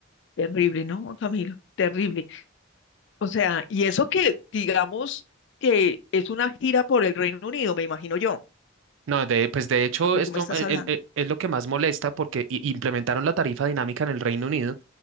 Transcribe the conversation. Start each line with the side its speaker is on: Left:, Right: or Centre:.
Left: terrible, ¿no, Juan Camilo? Terrible. O sea, y eso que digamos que es una gira por el Reino Unido, me imagino yo,
Right: No, de- pues de hecho
Left: lo que
Right: esto
Left: tú me estás
Right: eh,
Left: hablando.
Right: eh, eh, es lo que más molesta porque i- implementaron la tarifa dinámica en el Reino Unido